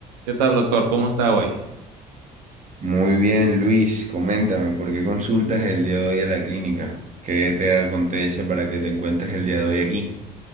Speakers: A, on the right (about 70°); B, on the right (about 35°).
A: ¿Qué tal, doctor? ¿Cómo está hoy?
B: Muy bien, Luis, coméntame, ¿por qué consultas el día de hoy a la clínica? ¿Qué te acontece para que te encuentres el día de hoy aquí?